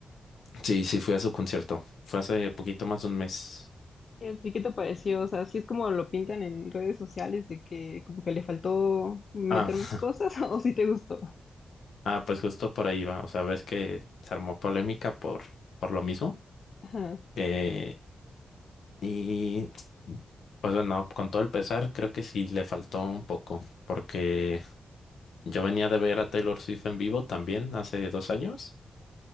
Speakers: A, on the left (about 75°); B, on the left (about 40°).
A: Sí, sí, fui a su concierto. Fue hace poquito más de un mes.
B: Eh, ¿Y qué te pareció? O sea, sí es como lo pintan en redes sociales de que como que le faltó meter
A: Ah,
B: más cosas <laughs> o si te gustó.
A: ah, pues justo por ahí va. O sea, ves que se armó polémica por, por lo mismo.
B: Ajá.
A: Eh, y pues bueno, con todo el pesar, creo que sí le faltó un poco. Porque yo venía de ver a Taylor Swift en vivo también hace dos años.